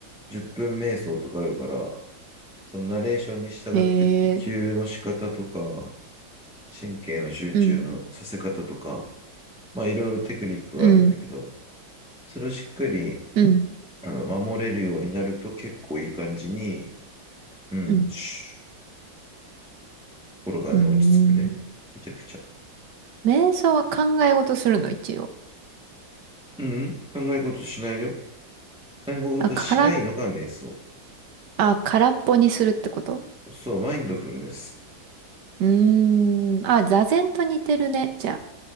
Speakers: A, in the centre; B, on the right.
A: 10分瞑想とかあるから、そのナレーションに従って呼吸の仕方とか、
B: ええ
A: 神経の集中のさせ方とか、
B: うん、
A: まあいろいろテクニックがあるんだけど、
B: うん、
A: それをしっかり
B: うん、
A: あの守れるようになると結構いい感じに、うん、
B: うん。
A: シュッ心がね、
B: うーん。
A: 落ち着くね。めちゃくちゃ。
B: 瞑想は考え事するの、一応。
A: うん、考え事しないよ。考え事しないのが瞑想。
B: あ、空、あ、空っぽにするってこと
A: そう、マインドフルネス。
B: うーん。あ、座禅と似てるね、じゃ